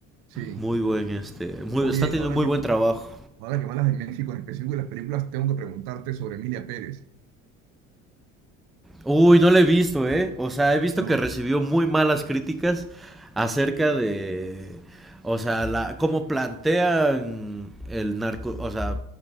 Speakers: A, on the right; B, in the centre.
A: sí.
B: muy buen este, muy,
A: Oye,
B: están teniendo
A: ahora
B: muy
A: que,
B: buen trabajo.
A: ahora que hablas de México, en específico y las películas, tengo que preguntarte sobre Emilia Pérez,
B: Uy, no la he visto, ¿eh? O sea, he visto
A: ¿no?
B: que recibió muy malas críticas acerca de, o sea, la, cómo plantean el narco, o sea,